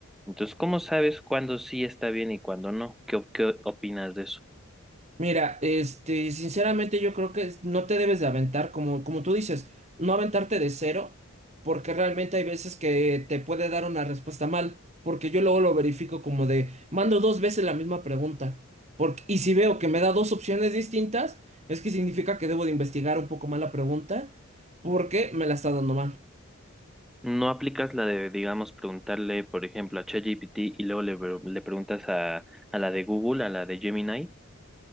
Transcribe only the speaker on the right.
Mira, este, sinceramente yo creo que es- no te debes de aventar, como, como tú dices, no aventarte de cero, porque realmente hay veces que te puede dar una respuesta mal, porque yo luego lo verifico como de, mando dos veces la misma pregunta, porque, y si veo que me da dos opciones distintas, es que significa que debo de investigar un poco más la pregunta, porque me la está dando mal.